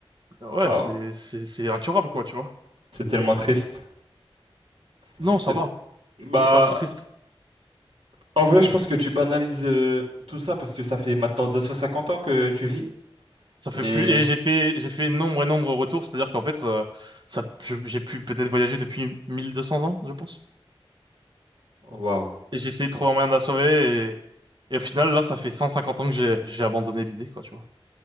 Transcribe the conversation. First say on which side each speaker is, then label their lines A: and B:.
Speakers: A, on the right; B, on the right.
A: euh, ouais,
B: Waouh,
A: c'est c'est c'est incurable quoi, tu vois.
B: c'est tellement triste.
A: Non,
B: C'était-
A: ça va.
B: Bah,
A: C'est pas si triste.
B: en vrai, je pense que tu banalises euh, tout ça parce que ça fait maintenant 250 ans que tu vis.
A: Ça fait
B: Et
A: plus. Et j'ai fait j'ai fait nombre et nombre de retours. c'est-à-dire qu'en fait, ça, ça- je- j'ai pu peut-être voyager depuis 1200 ans, je pense.
B: waouh.
A: Et j'ai essayé de trouver un moyen de la sauver et et au final là, ça fait 150 ans que j'ai j'ai abandonné l'idée quoi, tu vois.